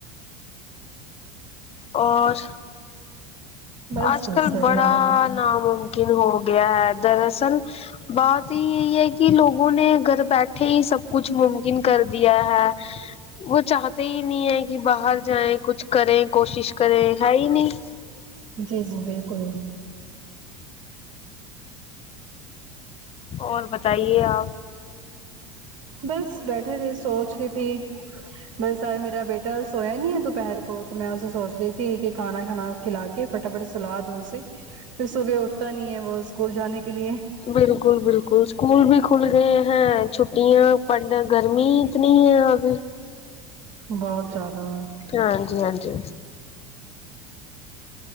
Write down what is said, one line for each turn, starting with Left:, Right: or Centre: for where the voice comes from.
Left: اور
Right: بس
Left: آج
Right: بس
Left: کل
Right: بڑھیا
Left: بڑا
Right: آپ نے
Left: ہر ناممکن ہو گیا ہے دراصل بات ہی یی ہے کی کی لوگوں نے گر بیٹھے ہی سب کچھ ممکن کر دیا ہے وہ چاہتے ہی نہیں ہے کی باہر جائیں کچھ کریں کوشش کریں ہے ہی نہیں
Right: جی جی بالکل
Left: اور بتائیے آپ
Right: بس بیٹھے تھے سوچ ری تھی بس آج میرا بیٹا سویا نہیں ہے دوپہر کو تو میں اس سے سوچ رہی تھی کہ کھانا کھانا کھلا کے فٹافٹ سلادو اسے پھر صبح اٹھتا نہیں ہے وہ اسکول جانے کے لیے
Left: بالکل بالکل اسکول بھی کھل گئے ہیں چھٹیاں پرڑدہ گرمی کی اتنی ہے اب
Right: بہت زیادہ
Left: ہاں جی ہاں جی